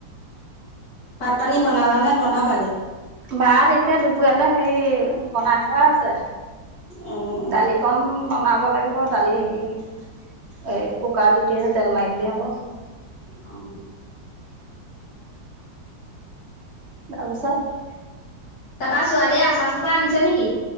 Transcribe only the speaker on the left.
ভাত পানী বনালা নে বনাবাগে
অ অ
অহ
তাৰপা ছোৱালীয়ে আচা চচা আনিছে নেকি?